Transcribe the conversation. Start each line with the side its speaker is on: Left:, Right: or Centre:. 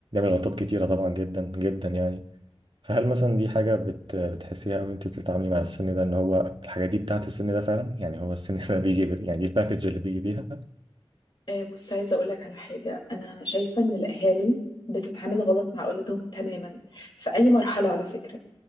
Right: غلطات كتيرة طبعا جدا جدا يعني فهل مثلا دي حاجة بت... بتحسيها أو أنت بتتعاملي مع السن ده إن هو الحاجات دي بتاعت السن ده فعلا يعني هو السن <laughs> ده بيجي ب... يعني دي الباكج اللي بيجي بيها
Left: آه، بص عايزة أقول لك على حاجة أنا شايفة إن الأهالي بتتعامل غلط مع أولادهم تماما في أي مرحلة على فكرة